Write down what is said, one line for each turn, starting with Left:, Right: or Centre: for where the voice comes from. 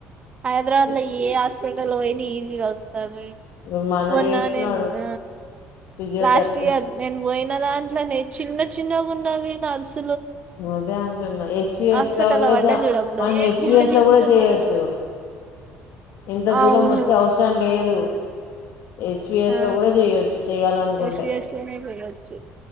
Right: హైదరాబాద్
Left: ఛీ
Right: లో ఏం హా ప్పడ లో ఈజి వాయి
Left: ఇప్పుడు మా అన్న
Right: మొన్న
Left: చేస్తున్నాడు
Right: న
Left: ఫిజియోథెరపీ
Right: లాస్ట్ నన్ వైన్ దాంట్లోనే చిన్న చిన్నగా ఉండాలి నడుస్
Left: అదే అంటున్నా ఎస్ వి ఎస్
Right: హాస్పిటల్
Left: లో కూడా
Right: పడ్డ
Left: జా
Right: చూడు అప్పుడు
Left: మనం ఎస్
Right: గింత
Left: వి ఎస్
Right: గింత
Left: లో కూడా చేయొచ్చు.
Right: ఉన్నారు
Left: ఇంత
Right: అవును
Left: దూరం వచ్చే అవసరం లేదు ఎస్ వి ఎస్
Right: ఆ
Left: లో కూడా చేయొచ్చు, చెయ్యాలనుకుంటే
Right: ఎస్సి ఎస్టీ లోనే పోయొచ్చు